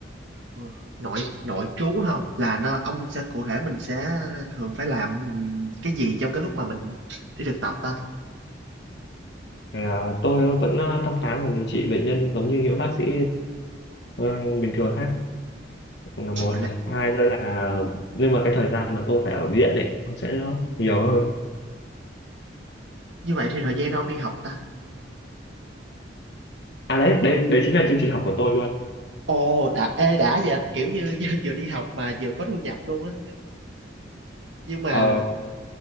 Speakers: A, on the right; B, on the left.
A: Ừ. Nội nội trú không? Là nó ông sẽ cụ thể mình sẽ thường phải làm ừm, cái gì trong cái lúc mà mình đi thực tập ta?
B: Thì, ờ, tôi vẫn ờ, thăm khám và điều trị bệnh nhân giống như những bác sĩ ờ, bình thường khác là một
A: Ồ,
B: này. Hai nữa là nhưng mà cái thời gian mà tôi phải ở viện ấy nó sẽ nhiều hơn.
A: như vậy thì thời gian đâu ông đi học ta
B: À đấy, đấy đấy chính là chương trình học của tôi luôn.
A: Ồ, đã, ê, đã vậy kiểu như <laughs> vừa đi học mà vừa có thu nhập luôn á. Nhưng mà,
B: Ờ,